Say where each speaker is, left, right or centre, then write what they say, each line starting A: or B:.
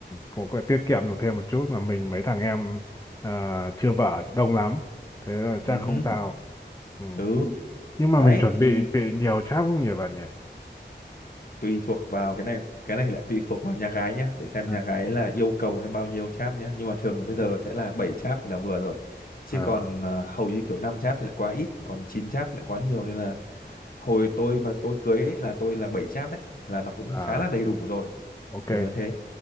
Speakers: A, on the left (about 20°); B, on the left (about 50°).
A: cũng có tiết kiệm được thêm một chút mà mình mấy thằng em ờ, chưa vợ đông lắm thế là chắc
B: ừ hứ,
A: không sao ừ.
B: ừ
A: nhưng mà
B: đấy
A: mình chuẩn
B: thì
A: bị bị nhiều cháp không nhỉ bạn nhỉ
B: tùy thuộc vào cái này cái này thì lại tùy thuộc vào nhà gái nhá để xem
A: à,
B: nhà gái là yêu cầu hay bao nhiêu cháp nhá nhưng mà thường là bây
A: ừ.
B: giờ sẽ là 7 cháp thì là vừa rồi chứ
A: à,
B: còn ờ, hầu như kiểu 5 cháp thì lại quá ít còn 9 cháp thì lại quá nhiều nên là hồi tôi mà tôi cưới ấy, là tôi là 7 cháp đấy là nó cũng
A: à,
B: khá là đầy đủ rồi
A: ok
B: kiểu như thế